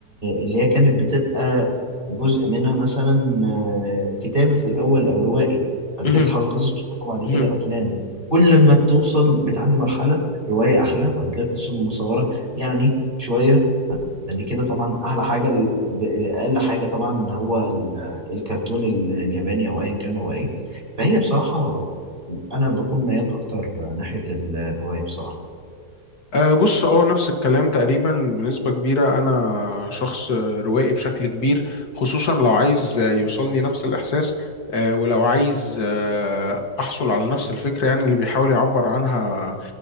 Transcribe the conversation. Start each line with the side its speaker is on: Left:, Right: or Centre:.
Right: اللي هي كانت بتبقى جزء منها مثلا آه، كتابي في الاول او روائي بعد
Left: مهم.
Right: كده بتحول قصص مصوره بعد
Left: مهم.
Right: كده افلام كل لما بتوصل بتعدي مرحله روايه احلى بعد كده قصص مصوره يعني شويه بعد كده طبعا احلى حاجه ال- ب- اقل حاجه طبعا هو ال- الكرتون ال- الياباني او ايا كان هو ايه فهي بصراحه انا بكون ميال اكتر ناحيه ال- الروايه بصراحه
Left: أه بص اه نفس الكلام تقريبا بنسبة كبيرة أنا شخص روائي بشكل كبير خصوصا لو عايز يوصلني نفس الإحساس أه ولو عايز أه أحصل على نفس الفكرة يعني اللي بيحاول يعبر عنها